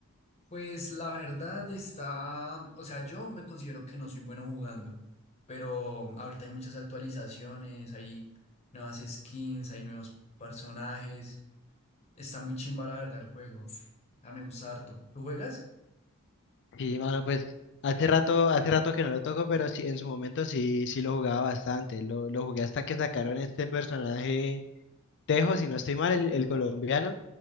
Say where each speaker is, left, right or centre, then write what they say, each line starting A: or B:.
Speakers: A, on the left; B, on the left.
A: Pues la verdad está, o sea, yo me considero que no soy bueno jugando, pero ahorita hay muchas actualizaciones, hay nuevas skins, hay nuevos personajes. Está muy chimba la verdad el juego. Ah, me gusta harto. ¿Lo juegas?
B: Sí, mano, pues hace rato, hace rato que no lo toco, pero sí, en su momento sí, sí lo jugaba bastante. Lo, lo jugué hasta que sacaron este personaje Tejo, si no estoy mal, el, el colombiano.